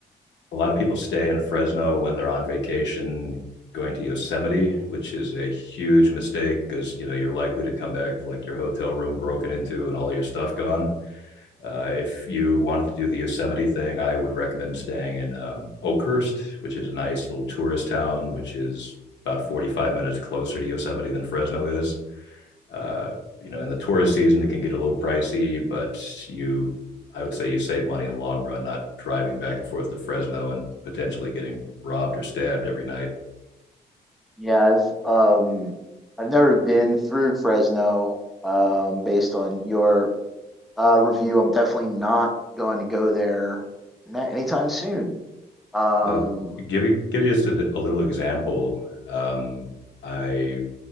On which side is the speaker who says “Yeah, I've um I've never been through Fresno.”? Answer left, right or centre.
Centre